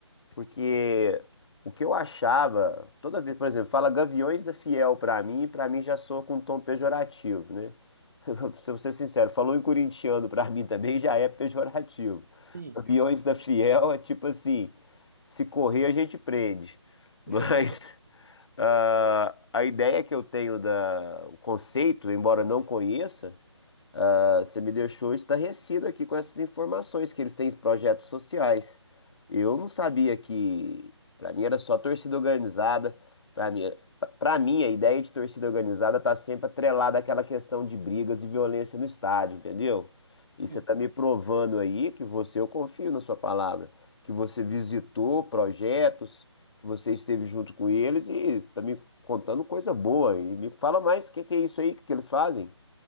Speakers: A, on the left (about 65°); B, on the right (about 40°).
A: porque o que eu achava, toda vez, por exemplo, fala Gaviões da Fiel pra mim, pra mim já soa com um tom pejorativo, né? <laughs> Se eu ser sincero, falou em corintiano pra mim também já é pejorativo.
B: Sim.
A: Gaviões da Fiel é tipo assim, se correr a gente prende. Mas
B: <laughs>
A: <laughs> ah, a ideia que eu tenho da, o conceito, embora eu não conheça, ah, você me deixou estarrecido aqui com essas informações que eles têm projetos sociais. Eu não sabia que, para mim era só torcida organizada. Para mim, para mim a ideia de torcida organizada tá sempre atrelada àquela questão de brigas e violência no estádio, entendeu? E
B: Então,
A: você tá me provando aí que você, eu confio na sua palavra, que você visitou projetos, que você esteve junto com eles e tá me contando coisa boa. E me fala mais o que que é isso aí que eles fazem?